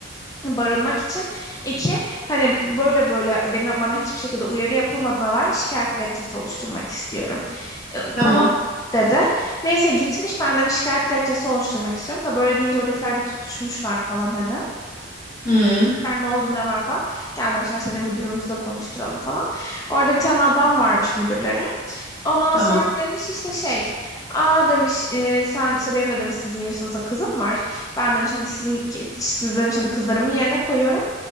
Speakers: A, on the left (about 15°); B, on the left (about 45°).
A: barınmak için. iki hani böyle böyle beni, bana hiçbir şekilde uyarı yapılmadığına dair şikayet dilekçesi oluşturmak istiyorum. E,
B: Tamam.
A: Tamam dedi. Neyse gitmiş ben de şikayet dilekçesi oluşturmak istiyorum. Tabii böyle deyince oradakiler bir tutuşmuşlar falan hani.
B: Hı,
A: Sen ne oldu ne var falan. Gel demişler seni müdürümüzle konuşturalım falan. Orada bir tane adam varmış müdürleri. Ondan
B: tamam.
A: sonra demiş işte şey, aa demiş e, sen işte benim de demiş sizin yaşınızda kızım var. Ben demiş hani sizin siz demiş hani kızlarımın yerine koyuyorum.